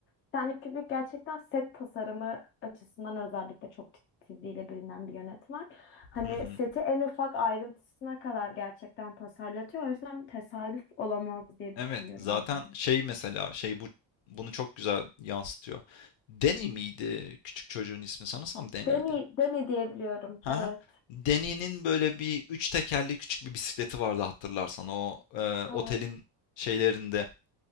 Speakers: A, on the left (about 30°); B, on the left (about 70°).
A: Stanley Kubrick gerçekten set tasarımı açısından özellikle çok titizliğiyle bilinen bir yönetmen. Hani
B: Hı hı.
A: seti en ufak ayrıntısına kadar gerçekten tasarlatıyor. O yüzden tesadüf olamaz diye
B: Evet,
A: düşünüyorum
B: zaten
A: ben de.
B: şey mesela şey bu bunu çok güzel yansıtıyor. Danny miydi küçük çocuğun ismi? Sanırsam Danny'ydi.
A: Deni, Deni diyebiliyorum.
B: Hı
A: Evet.
B: hı. Danny'nin böyle bir üç tekerli küçük bir bisikleti vardı hatırlarsan o e, otelin
A: Evet.
B: şeylerinde